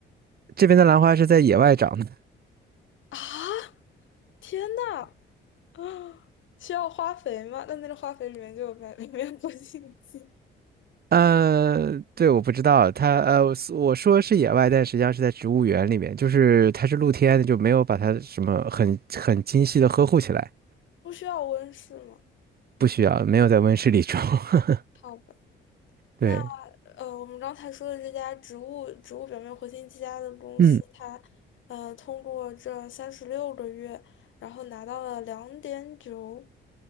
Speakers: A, on the right; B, on the left.
A: 这边的兰花是在野外长的。
B: 啊！天呐，啊，需要花肥吗？那那个花肥里面就有白，<laughs> 里面有活性剂，
A: 呃，对，我不知道，他，呃，我说是野外，但实际上是在植物园里面，就是它是露天的，就没有把它什么很很精细的呵护起来，
B: 不需要温室吗？
A: 不需要，没有在温室里种。<laughs>
B: 好吧。那。
A: 对，
B: 呃，我们刚才说的这家植物植物表面活性剂家的公司，
A: 嗯
B: 它呃通过这三十六个月，然后拿到了两点九